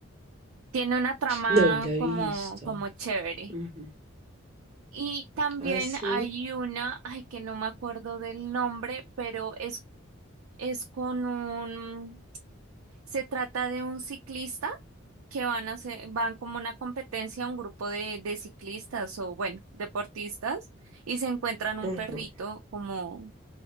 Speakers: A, on the right; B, on the right.
A: Tiene una trama
B: No, la
A: como,
B: he visto.
A: como chévere.
B: Ujú.
A: Y también
B: Hace...
A: hay una, ay, que no me acuerdo del nombre, pero es, es con un, se trata de un ciclista que van a hacer, van como una competencia, un grupo de, de ciclistas o bueno, deportistas, y se encuentran un
B: ujú.
A: perrito como